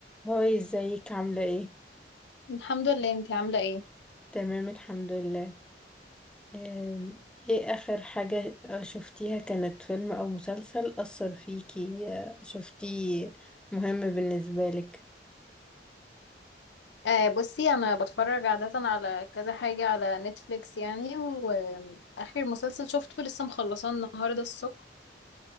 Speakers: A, in the centre; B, on the left.
A: هاي ازيك عاملة ايه؟
B: الحمد لله انتي عاملة ايه
A: تمام الحمد لله أم، ايه اخر حاجة شفتيها كانت فيلم او مسلسل أثر فيكي أه، شفتيه مهم بالنسبة لك؟
B: آه بصي انا بتفرج عادة على كذا حاجة على نتفليكس يعني واخر مسلسل شفته لسه مخلصاه النهاردة الصبح